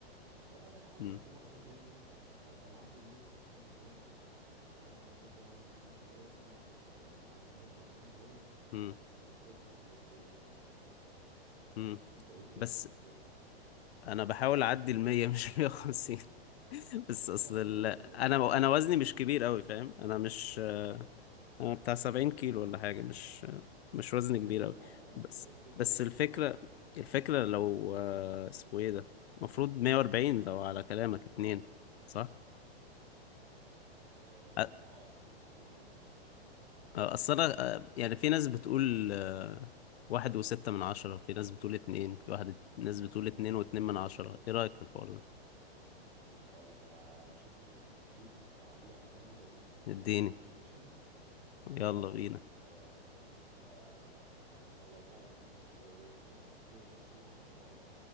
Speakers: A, on the right; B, on the left.
A: فانا بحاول
B: مم.
A: على قد ما اقدر ايه ان انا ابقى معدي ال 150 جرام عشان انت عارف ان انا كده كده وزني كبير شويه فانا ايه ابقى معدي ال 150 جرام
B: مم.
A: ابقى كده الدنيا زي الفل بالنسبه لي
B: مم.
A: انت ايه الدنيا
B: بس
A: بالنسبه لك
B: انا بحاول اعدي المية <laughs> مش المية وخمسين <laughs> بس اصل
A: اه ما هي
B: ال...
A: بتفرق بقى
B: انا انا وزني مش كبير قوي فاهم انا مش
A: امم
B: آه، بتاع 70 كيلو ولا حاجة مش مش وزن
A: مظبوط
B: كبير أوي
A: لا ايوه
B: بس
A: ما هي بتبقى
B: بس
A: ريش
B: الفكرة الفكرة لو آه، اسمه ايه ده المفروض 140 لو على كلامك اتنين صح؟
A: آه
B: أ-
A: لا اه المفروض تاخد 140
B: آه، أصل أنا آه، يعني في ناس بتقول آه، واحد وستة من عشرة في ناس بتقول اتنين في واحد ناس بتقول اتنين واتنين من عشرة ايه رأيك في الحوار ده؟
A: بص هقول لك انا شفت دراسات كتير وعندي واحد صاحبي جاب لي كتاب
B: اديني
A: كده عن النيوتريشن اه
B: يلا بينا
A: آه، فلا يعني هو فعلا في هو الكتاب جايب سيرة الموضوع ده